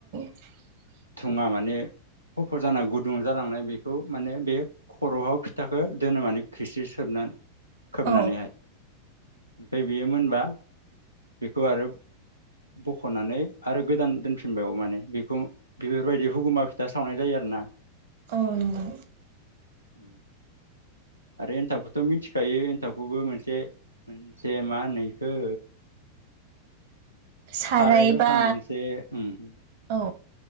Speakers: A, on the right (about 50°); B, on the right (about 85°).
A: <inaudible>
B: थुङा माने खफ' जानानाय गुदुं जालांनाय बेखौ माने बे खर'हाव फिथाखौ दोनो माने खिस्रि सोबनानै खोबनानैहाय।
A: औ
B: ओमफ्राय बेयो मोनबा बेखौ आरो बख'नानै आरो गोदान दोनफिनबायो माने बेखौ बेफोरबायदि हुगुमा फिथा सावनाय जायो आ रोना।
A: औ नोंगौ।
B: उम आरो एनथाबखौथ' मिथिखायो एनथाबखौबो मोनसे मोनसे मा होनो इखो
A: सारायबा
B: साराय रोखोम मोनसे ओम ओम
A: औ